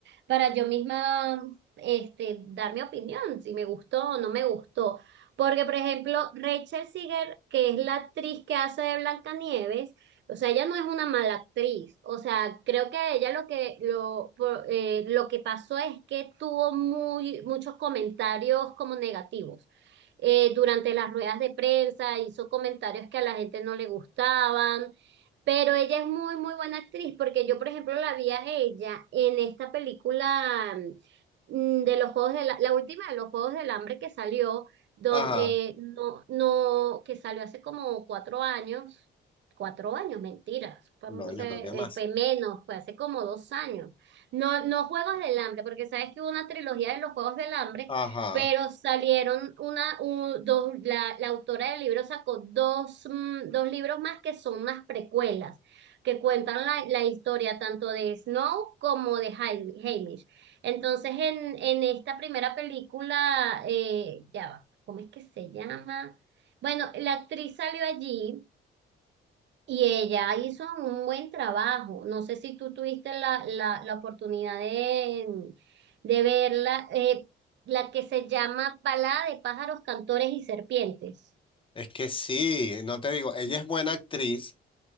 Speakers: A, on the right (about 65°); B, on the left (about 25°).
A: para yo misma este, dar mi opinión, si me gustó o no me gustó. Porque, por ejemplo, Rachel Ziegler, que es la actriz que hace de Blancanieves, o sea, ella no es una mala actriz. O sea, creo que ella lo que lo, por- eh, lo que pasó es que tuvo muy, muchos comentarios como negativos. Eh, durante las ruedas de prensa hizo comentarios que a la gente no le gustaban, pero ella es muy, muy buena actriz porque yo, por ejemplo, la vi a ella en esta película mm, de los Juegos de la, la última de los Juegos del Hambre que salió, donde,
B: ajá.
A: eh, no, no, que salió hace como cuatro años cuatro años, mentiras, fue,
B: No,
A: se-
B: yo creo que más.
A: eh, fue menos, fue hace como dos años. No, no Juegos del Hambre, porque sabes que hubo una trilogía de los Juegos del Hambre,
B: Ajá.
A: pero salieron una, un- dos, la, la autora del libro sacó dos, mm, dos libros más que son unas precuelas, que cuentan la, la historia tanto de Snow como de Hay- Haymitch. Entonces, en, en esta primera película, eh, ya va, ¿cómo es que se llama? Bueno, la actriz salió allí y ella hizo un buen trabajo. No sé si tú tuviste la, la, la oportunidad de, de verla, eh, la que se llama Balada de pájaros, cantores y serpientes.
B: Es que sí, no te digo, ella es buena actriz.